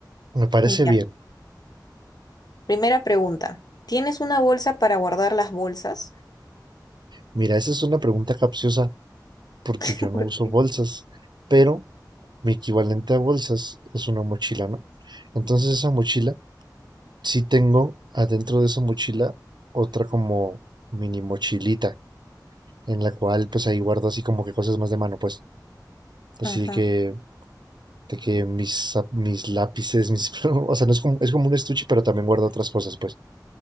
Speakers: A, on the right (about 75°); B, on the left (about 60°).
A: me parece
B: Ya.
A: bien.
B: Primera pregunta. ¿Tienes una bolsa para guardar las bolsas?
A: Mira, esa es una pregunta capciosa porque
B: <laughs>
A: yo no
B: ¿Por
A: uso
B: qué?
A: bolsas, pero mi equivalente a bolsas es una mochila, ¿no? Entonces esa mochila, sí tengo adentro de esa mochila otra como mini mochilita en la cual pues ahí guardo así como que cosas más de mano, pues así
B: Ajá,
A: de que, de que mis, zap- mis lápices, mis, <laughs> o sea, no es como, es como un estuche, pero también guardo otras cosas, pues.